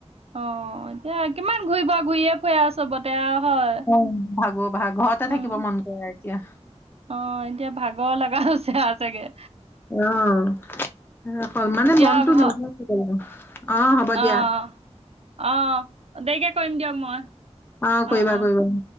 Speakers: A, on the right; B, on the left.
A: অ'! এতিয়া কিমান ঘূৰিব, ঘূৰিয়ে ফুৰি আও চবতে। হয়,
B: অ'! ভাগো ভাগ ঘৰতে
A: উম,
B: থাকিব মন কৰে এতিয়া।
A: অ'! এতিয়া, ভাগৰ লগা হৈছে চাগে।
B: অ'! মানে,
A: দিয়ক
B: মনতো
A: হ
B: নোজোৱা হৈ গ'ল। অ'! হ'ব দিয়া।
A: অ', অ', দেৰিকে কৰিম দিয়ক মই
B: অহ কৰিবা
A: অ', অ'।
B: কৰিব